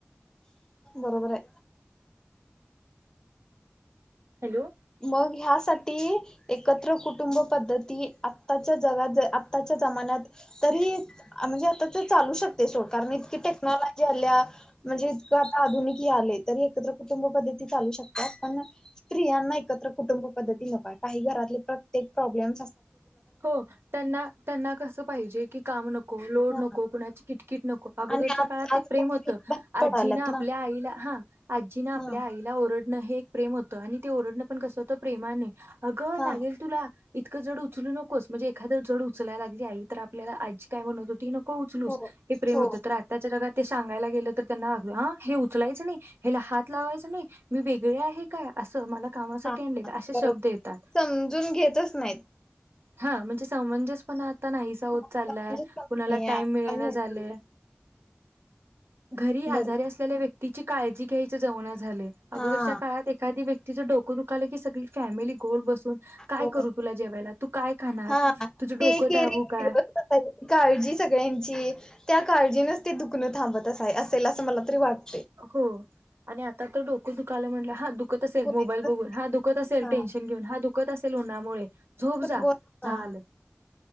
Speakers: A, on the left (about 15°); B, on the right (about 65°).
A: बरोबर आहे
B: हॅलो
A: मग ह्यासाठी एकत्र कुटुंब पद्धती आताच्या जगात आताच्या जमान्यात तरी म्हणजे आता ते चालू शकत सोड कारण इतकी टेक्नॉज म्हणजे आता आधुनिक हे आले तरी एकत्र कुटुंब पद्धती चालू शकतात पण स्त्रियांना त्र कुटुंब पद्धती न काही घरातले प्र्येक प्रॉब्लेम्
B: हो त्यां त्यांना कसं पाहिजे की काम नको नको लोड
A: हा
B: नको कुणाची किटकिट नको अगोदरच्या
A: आणि आज
B: काळात
A: आजकाल
B: ते प्रेम
A: स्त्रिया
B: होत
A: बाहेर
B: आजीनं
A: पडाल्यात
B: आपल्या
A: ना
B: आईला हा आजीनं आपल्या
A: हा
B: आईला ओरड ना हे एक प्रेम होतं आणि ते ओरडणं पण कसं होतं प्रेमाने अगं
A: हा
B: लागेल तुला इतंक जड उचलू नको नको एखाद जड उचलाय लागली आई तर आपल्याला आजी काय म्हणत होती नको उचलूस
A: हो
B: हे प्रेम
A: हो
B: होत तर आताच्या जगात ते सांगायला गेलं तर त्यांना ह् उचलायचं नाही हेला हात लावायच नाही मी वेगळीआहे काय असं मला कामासाठी
A: हा
B: आणल्यं
A: हा
B: काय असे
A: बरोबर
B: शब्द येतात
A: समजून घेतच नाहीत.
B: हा म्हणजे समंजस पणात ता नाहीसा होत
A: म्हणजे
B: चाललाय
A: कमी
B: कुणाला टाइम
A: आहे,
B: मिळेना
A: कमी होते
B: झालेय घरी
A: बरोबर
B: आजारी असलेल्या व्यक्ती तिची काळजी घ्यायच्या जाऊनच झालंय अगोदरच्या
A: हा
B: काळात एखादा व्यक्ती चं डोक दुखतयं कि सगळी फॅमिली गोल बसून काय
A: हो
B: करू तुला जेवायला काय खाणार
A: हा ते
B: तुझं डोकं
A: केरीगं
B: दाबू काय
A: ठेवणं बसायची काळजी सगळ्यांची काळजीनच ते दुखणं थांबत आहे असेल असं मला तरी वाटत
B: हो आणि आ आति तर डोंक दुखालंय म्हणलावर हा दुख दुखतं असेल
A: कोणीच
B: मोबाईल बघून
A: नसते.
B: हा दुखतं असेल
A: हा
B: टेन्शन घेऊन हा दुखणं असेल उन्हामुळे झोप
A: पण
B: जा
A: गो
B: झालं
A: हा